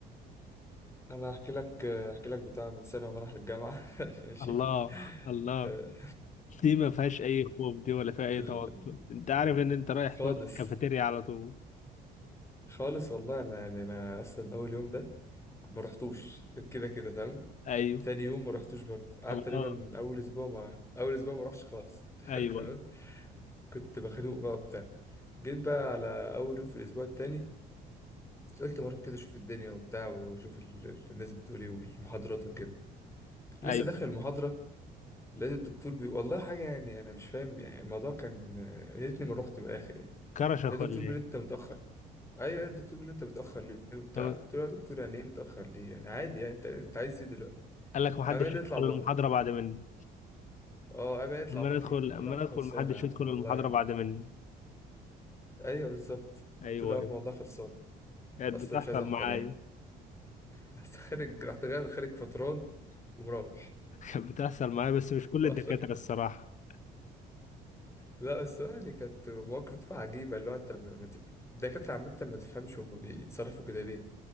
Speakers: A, on the left; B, on the left.
A: انا هحكي لك هحكي لك بتاع من سنه وانا رايح للجامعه <laughs> ماشي
B: الله الله
A: آه،
B: دي ما فيهاش أي خوف دي ولا فيها أي
A: <laughs> ال-
B: توتر أنت عارف إن أنت رايح
A: خالص
B: تقعد في الكافيتيريا على طول
A: خالص والله انا يعني انا اصلا اول يوم ده ما رحتوش كده كده تمام
B: أيوه
A: ثاني يوم ما رحتوش برضه قعدت
B: الله
A: تقريبا اول اسبوع ما اول اسبوع ما رحتش خالص
B: أيوه
A: <laughs> تمام
B: أيوه
A: كنت بخنوق بقى وبتاع جيت بقى على اول يوم في الاسبوع التاني قلت ما اروح كده اشوف الدنيا وبتاع واشوف ال- ال- الناس بتقول ايه والمحاضرات وكده لسه
B: أيوه
A: داخل المحاضره لقيت الدكتور بي... والله حاجة يعني أنا مش فاهم يعني الموضوع كان يا ريتني ما رحت من الآخر يعني
B: كرشك
A: لقيت
B: ولا
A: الدكتور بيقول
B: إيه؟
A: لي أنت متأخر أيوة الدكتور بيقول لي أنت متأخر ليه وبتاع
B: طب
A: قلت له يا دكتور يعني إيه متأخر ليه يعني عادي يعني أنت أنت عايز إيه دلوقتي
B: قال لك محدش
A: قام قال لي اطلع
B: يدخل
A: بره
B: المحاضرة بعد مني
A: أه قام قال لي اطلع
B: أما
A: بره
B: ندخل
A: قلت
B: أما
A: له يا
B: ندخل
A: عم خلصانة
B: محدش
A: يا عم
B: يدخل
A: والله
B: المحاضرة
A: يعني
B: بعد مني
A: أيوة بالظبط
B: أيوه
A: قلت له يا
B: أيوه
A: عم والله خلصانة
B: كانت
A: أنا أصلا
B: بتحصل
A: مش عايز أحضر
B: معايا
A: يعني <laughs> بس خارج رحت غير خارج فتران ومروح
B: كانت بتحصل معايا بس مش كل
A: <laughs>
B: الدكاترة الصراحة
A: لا بس هو يعني كانت مواقف عجيبة اللي هو انت م- مت- الدكاترة عامة ما تفهمش هما بيتصرفوا كده ليه